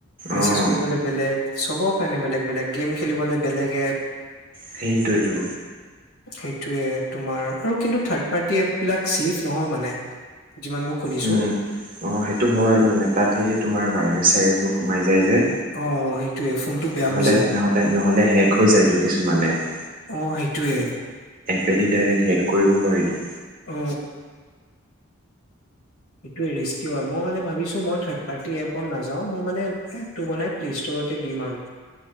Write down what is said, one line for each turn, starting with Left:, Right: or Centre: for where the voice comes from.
Left: মেছেজ
Right: অ'
Left: কৰিবৰ কাৰণে বেলেগ চবৰ কাৰণে বেলেগ বেলেগ, গেম খেলিবলৈ বেলেগ এপ
Right: সেইটোৱে টো
Left: সেইটোৱে তোমাৰ আৰু কিন্তু থাৰ্ড পাৰ্টি এপ বিলাক ছেফ নহয় মানে যিমান মই শুনিছো
Right: উম অ সেইটো হয় মানে তাত সেই তোমাৰ ভাইৰেছে ছাইৰেছ টো সোমাই যে যে
Left: অ সেইটোয়ে ফোনটো বেয়া
Right: নহলে
Left: হৈ যায়
Right: নহলে নহলে হেক হৈ যায়টো কিছুমান এপ
Left: অ সেইটোৱে
Right: পেদি ডৰেক শেষ কৰিব পাৰিতো
Left: অ সেইটোৱে ৰিস্কি হয় মই মানে ভাবিছো মই থাৰ্ড পাৰ্টি এপত নাযাও মই মানে এপটো বনাই প্লে-ষ্টৰতে দিম আৰু